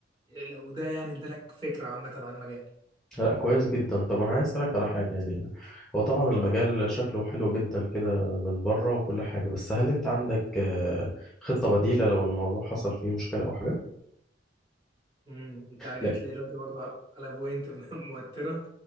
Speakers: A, on the right; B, in the centre.
A: لو ده يعني ادالك فكره عامه عن المجال
B: لا كويس جدا طب انا عايز اسالك على حاجه يعني هو طبعا المجال
A: اتفضل
B: شكله حلو جدا كده من بره وكل حاجه بس هل انت عندك آه، خطه بديله لو الموضوع حصل فيه مشكله او حاجه
A: امم انت جات
B: لا
A: لي دلوقتي برضه على على بوينت <laughs> موتره